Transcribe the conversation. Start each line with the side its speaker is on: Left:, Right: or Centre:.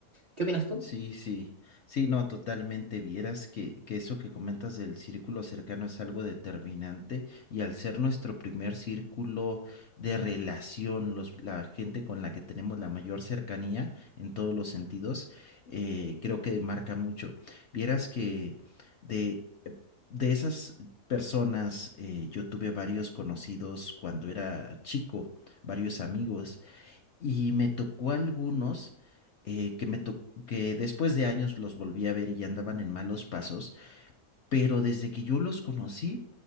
Right: ¿Qué opinas tú?
Left: Sí, sí, sí, no, totalmente. Vieras que, que eso que comentas del círculo cercano es algo determinante y al ser nuestro primer círculo de relación, los, la gente con la que tenemos la mayor cercanía en todos los sentidos, eh, creo que marca mucho. Vieras que de, de esas personas, eh, yo tuve varios conocidos cuando era chico, varios amigos. Y me tocó algunos eh, que, me to- que después de años los volví a ver y ya andaban en malos pasos pero desde que yo los conocí,